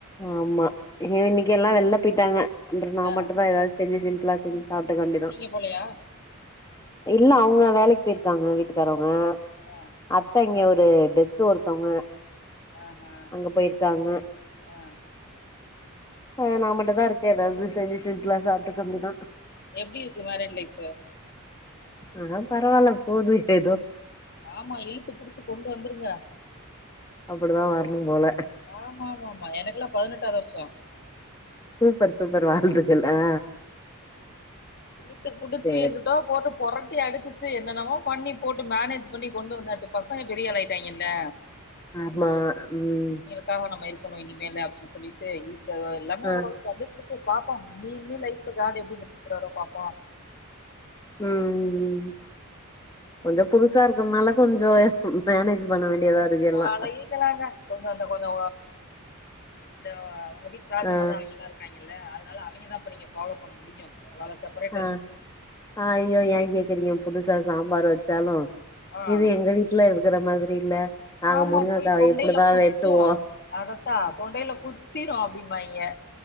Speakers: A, on the left (about 15°); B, on the left (about 45°).
A: ஆமா ஏன்னா இன்னைக்கு எல்லா வெளில போயிட்டாங்க அப்றோ நா
B: ஆ
A: மட்டு தா ஏதாவது செஞ்சு சிம்பிளா செஞ்சு சாப்ட்டுக்க வேண்டிதா
B: நீங்க போலையா
A: இல்ல அவங்க வேலைக்கு போயிருக்காங்க வீட்டுக்காரவங்க
B: ஆ
A: அத்த இங்க ஒரு டெத்து ஒருத்தவங்க
B: ஆஹா
A: அங்க போயிருக்காங்க
B: ஆ
A: ஹ் நா மட்டுந்தா இருக்கே ஏதாவது செஞ்சு சிம்பிளா சாப்பிட்டுக்க வேண்டி தா
B: எப்டி இருக்கு மேரேஜ் லைஃப்பு
A: ஆனா பரவால்ல போது ஏதோ
B: ஆமா இழுத்து புடிச்சு கொண்டு வந்துருங்க
A: அப்டிதா வரணு போல
B: ஆமா ஆமா ஆமா எனக்குெல்லா பதினெட்டாவது வருஷோ
A: சூப்பர் சூப்பர் வாழ்த்துகள் ஆ
B: இழுத்து புடிச்சி
A: சேரி
B: தோ போட்டு பொரட்டி அடிச்சிச்சு என்னனமோ பண்ணி போட்டு மேனேஜ் பண்ணி கொண்டு வந்தாச்சு பசங்க பெரியாளாயிட்டாங்கல
A: ஆமா ம்
B: க்காக நம்ம இருக்கணு இனிமேலு அப்டின் சொல்லிட்டு இருக்கதோ எல்லாமே
A: ஆ
B: ஒரு வந்துட்ருக்கு பாப்போ இனி வந்து லைஃப்ல கார்ட்டு எப்டி வச்சிக்கிறாரோ பாப்போ
A: ம் ம் ம் கொஞ்சோ புதுசா இருக்கனால கொஞ்சோ மேனேஜ் பண்ண வேண்டியதா இருக்கு
B: பழகிகலாங்க
A: எல்லா
B: கொஞ்சோ அந்த கொஞ்சோ இந்தோ அவுங் வீட்டு ராஜமா
A: ஆ
B: தா அவைங்களா இருக்காங்கல்ல அதனால அவைங்கதா இப்ப நீங்க ஃபாலோ பண்ண முடியு உங்களாள சேப்பரேட்
A: ஆ ஐய்யோ ஏன் கேக்குறீங்க புதுசா சாம்பார் வச்சாலு
B: ஆ
A: இது எங்க வீட்ல இருக்குற மாதிரி இல்ல நாங்க
B: ஆமா
A: முருங்கக்காவ
B: போய் தொண்டைல
A: இப்டிதா
B: குத்து
A: வெட்டுவோ
B: அதத்தா தொண்டைல குத்திரும் அப்டிம்பாய்ங்க